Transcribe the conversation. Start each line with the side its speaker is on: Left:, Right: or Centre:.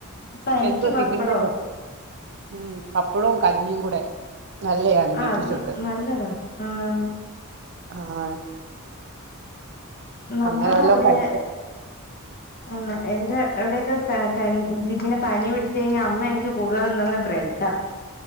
Left: പനിക്ക്
Right: എന്തോ
Left: പപ്പടോ
Right: തിന്നണ്ടേന്ന് ഉം പപ്പടവും കഞ്ഞിയും കൂടെ നല്ലയാന്ന് കേട്ടിട്ടുണ്ട്
Left: ആഹ് അത് നല്ലതാ ആഹ്
Right: ആഹ് ആഹ്
Left: നമ്മളെ
Right: അങ്ങനെ വല്ലോം
Left: അവിടെ
Right: കഴിക്കാം
Left: ആന്ന് എന്റെ അവിടെയൊക്കെ ക കഞ് ഇതിനെ പനി പിടിച്ച് കഴിഞ്ഞ അമ്മ എനിക്ക് കൂടുതലും തിന്ന്ന്ന് ബ്രെഡ്ഡ